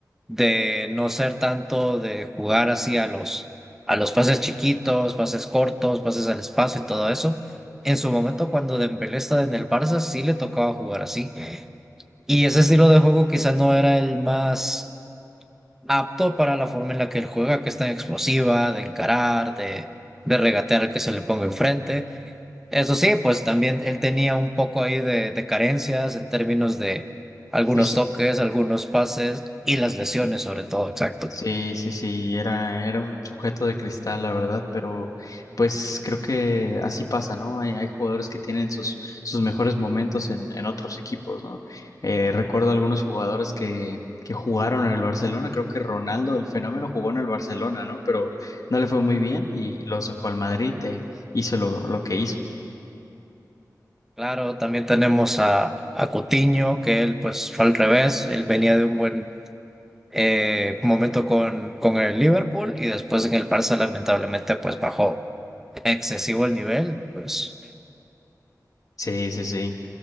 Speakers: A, in the centre; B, on the left.
A: de no ser tanto de jugar así a los, a los pases chiquitos, pases cortos, pases al espacio y todo eso. En su momento, cuando Dembélé estaba en el Barça, sí le tocaba jugar así. Y ese estilo de juego quizá no era el más apto para la forma en la que él juega, que es tan explosiva, de encarar, de, de regatear al que se le ponga enfrente. Eso sí, pues también él tenía un poco ahí de, de carencias en términos de algunos
B: Fis-
A: toques, algunos pases y las lesiones
B: Sí.
A: sobre todo, exacto.
B: Sí, sí, sí, era, era un sujeto de cristal, la verdad, pero pues creo que así pasa, ¿no? Hay, hay jugadores que tienen sus, sus mejores momentos en, en otros equipos, ¿no? Eh, recuerdo algunos jugadores que, que jugaron en el Barcelona, creo que Ronaldo, el fenómeno, jugó en el Barcelona, ¿no? Pero no le fue muy bien y luego se fue al Madrid e hizo lo, lo que hizo.
A: Claro, también tenemos a, a Coutinho, que él pues fue al revés, él venía de un buen eh, momento con, con el Liverpool y después en el Barça lamentablemente pues bajó excesivo el nivel, pues
B: Sí, sí, sí.